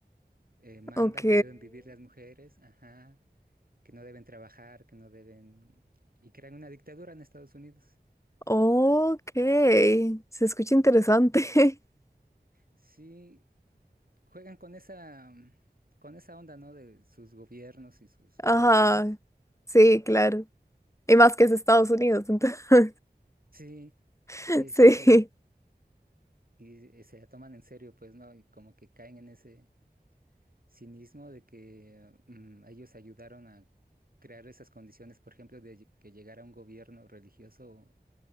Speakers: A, on the right; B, on the left.
A: eh, manda
B: Ok.
A: que deben vivir las mujeres, ajá, que no deben trabajar, que no deben... Y crean una dictadura en Estados Unidos.
B: Ok. Se escucha interesante. <laughs>
A: Sí, juegan con esa, mm, con esa onda, ¿no? De sus gobiernos y sus
B: Ajá.
A: problemas.
B: Sí, claro. Y más que es Estados Unidos, entonces.
A: Sí,
B: <laughs>
A: sí, sí,
B: Sí.
A: sí. Y eh, se la toman en serio, pues, ¿no? Y como que caen en ese cinismo de que mm, ellos ayudaron a crear esas condiciones, por ejemplo, de lle- que llegara un gobierno religioso